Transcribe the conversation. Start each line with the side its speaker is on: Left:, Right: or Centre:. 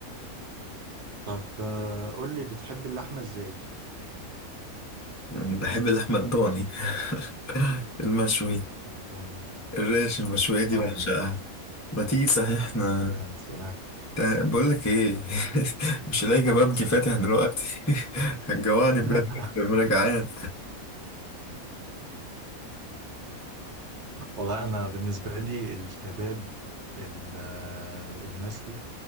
Right: طب آه، قول لي بتحب اللحمة إزاي
Left: بحب اللحمه الضاني <laughs> المشوي
Right: عندهم
Left: الريش المشوية دي
Right: آه
Left: بعشقها ما تيجي صحيح احنا
Right: يا سلام
Left: تع- بقول لك ايه <laughs> مش هلاقي كبابجي فاتح دلوقتي <laughs> هتجوعني
Right: <laughs>
Left: بجد لما انا جعان
Right: والله أنا بالنسبة لي الكباب ال- آه، المشوي